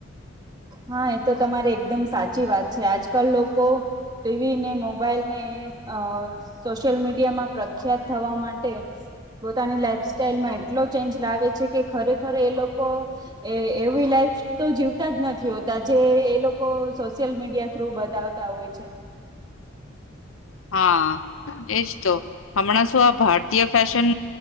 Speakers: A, on the right (about 20°); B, on the left (about 80°).
A: હા એ તો તમારી એકદમ સાચી વાત છે આજકાલ લોકો ટીવી ને મોબાઈલ ને અ સોશિયલ મીડિયા માં પ્રખ્યાત થવા માટે પોતાની લાઈફ સ્ટાઈલમાં એટલો ચેન્જ લાવે છે કે ખરેખર એ લોકો એ એવી લાઈફ તો જીવતા જ નથી તો આજે એ લોકો સોશિયલ મીડિયા થ્રુ બતાવતા હોય છે.
B: હા એજ તો હમણાં શું આ ભારતીય ફેશન